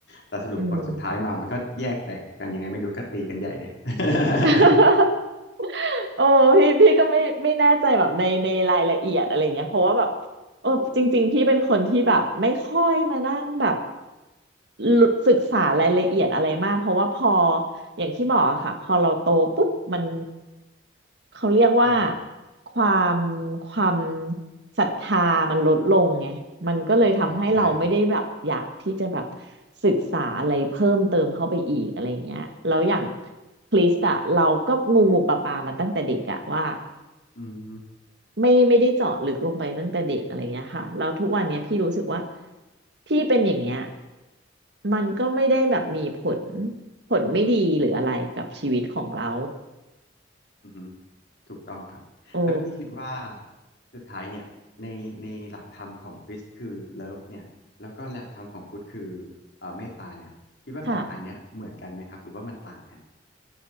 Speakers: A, on the left (about 60°); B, on the right (about 60°).
A: แต่สรุปบทสุดท้ายมามันก็แยกแตกกันยังไงไม่รู้ก็ตีกันใหญ่เลย
B: อืม
A: <laughs>
B: <laughs> โอ้พี่พี่ก็ไม่ไม่แน่ใจแบบในในรายละเอียดอะไรเงี้ยเพราะว่าแบบ เออจริงๆพี่เป็นคนที่แบบไม่ค่อยมานั่งแบบลุศึกษารายละเอียดอะไรมากเพราะว่าพออย่างที่บอกอะค่ะพอเราโตปุ๊บมันเขาเรียกว่า
A: ใช่ครับ
B: ความความศรัทธามันลดลงไงมันก็เลยทำให้เราไม่ได้แบบอยากที่จะแบบ
A: ครับใช่
B: ศึกษาอะไรเพิ่มเติมเข้าไปอีกอะไรอย่างเงี้ยแล้วอย่างคริสต์อะเราก็งูงูปลาปลามาตั้งแต่เด็กอะว่า
A: อืม
B: ไม่ไม่ได้เจาะลึกลงไปตั้งแต่เด็กอะไรเงี้ยค่ะแล้วทุกวันเนี้ยพี่รู้สึกว่าพี่เป็นอย่างเงี้ยมันก็ไม่ได้แบบมีผลผลไม่ดีหรืออะไรกับชีวิตของเรา
A: อืมถูกต้องครับแล้วพี่คิดว่า
B: โอ้
A: สุดท้ายเนี่ยในในหลักธรรมของคริสต์คือเลิฟเนี่ยแล้วก็หลักธรรมของพุทธคือเอ่อเมตตาเนี่ยคิดว่าสองอันเนี้ยเหมือนกันไหมครับหรือว่ามันต่างกัน
B: ค่ะ